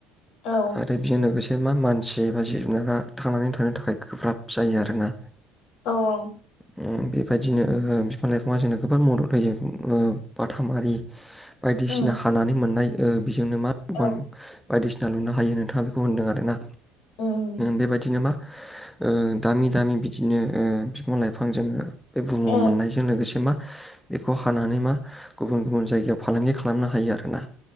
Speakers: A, on the left; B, in the centre.
A: औ
B: आरो बेजों लोगोसे मा मानसि एबा जिब जुनारा थांनानै थानो थाखाय गोब्राब जायो आरोना।
A: औ औ
B: ओं बेबायदिनो बिफां लाइफाङा जोंनो गोबां मदद होयो ओ बाथाम आरि बायदिसिना
A: उम
B: हानानै मोननाय ओ बेजोंनो मा गोबां
A: औ
B: बायदिसिना लुनो हायो नोंथाङा बेखौ होनदों आरो ना
A: उम
B: बेबायदिनो मा ओ दामि दामि बिदिनो ओ फिफां लाइफां जोङो बे बुहुमाव
A: उम
B: मोननायजों लोगोसे मा बेखौ हानानै मा गुबुन गुबुन जायगायाव फालांगि खालामनो हायो आरोना